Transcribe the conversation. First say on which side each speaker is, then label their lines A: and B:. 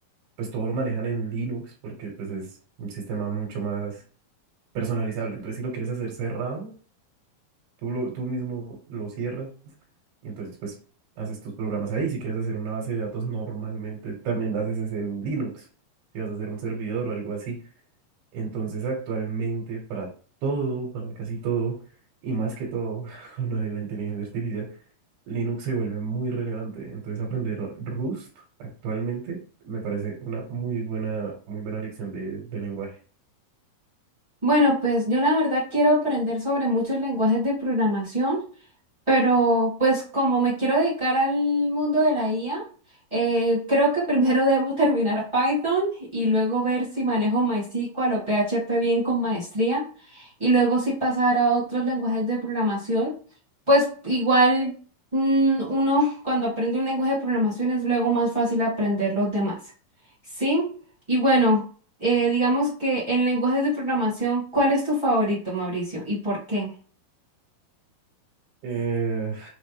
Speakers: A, on the right (about 80°); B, on the right (about 15°).
A: pues todo lo manejan en Linux porque pues es un sistema mucho más personalizable. Entonces si lo quieres hacer cerrado, tú, lo, tú mismo lo cierras y entonces pues haces tus programas ahí. Si quieres hacer una base de datos normalmente también la haces es en Linux. Si vas a hacer un servidor o algo así. Entonces actualmente para todo, para casi todo y más que todo <laughs> con lo de la inteligencia artificial Linux se vuelve muy relevante. Entonces aprender Rust actualmente me parece una muy buena, muy buena lección de, de lenguaje.
B: Bueno, pues yo la verdad quiero aprender sobre muchos lenguajes de programación. Pero pues como me quiero dedicar al mundo de la IA, eh, creo que primero <laughs> debo terminar Python y luego ver si manejo MySQL o PHP bien con maestría y luego si pasar a otros lenguajes de programación. Pues igual mm, uno cuando aprende un lenguaje de programación es luego más fácil aprender los demás. ¿Sí? Y bueno, eh, digamos que en lenguajes de programación, ¿cuál es tu favorito, Mauricio? ¿Y por qué?
A: Eh,